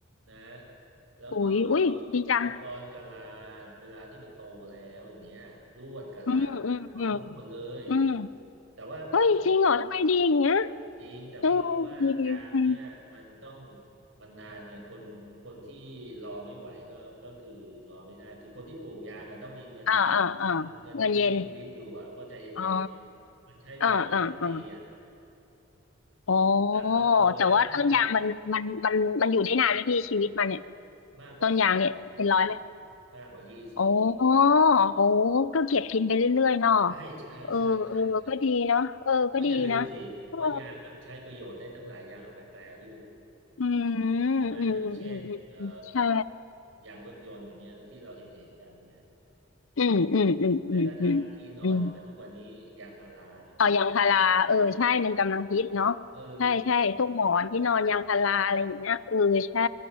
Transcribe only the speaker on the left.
อุ้ยอุ้ยดีจัง
อืมอืมอืมอืม
เฮ้ยจริงเหรอทำไมดีอย่างเงี้ย
เออดีดีอืม
อ่าอ่าอ่าเงินเย็น
อ๋อ
อ่าอ่าอ่าอ๋อ
แต่ว่าต้นยางมันมันมันมันอยู่ได้นานไหมพี่ชีวิตมันเนี่ย
ต้นยางเนี่ยเป็นร้อยไหม
อ๋อโอ้ก็เก็บกินไปเรื่อยๆเนาะ
เออเออก็ดีเนาะเออก็ดีนะ
เอออืม
อืมอืมอืมอืมใช่
อืมอืมอืมอืมอืมอืม
เอายางพาราเออใช่มันกำลังฮิตเนาะใช่ใช่พวกหมอนที่นอนยางพาราอะไรอย่างเงี้ยเออใช่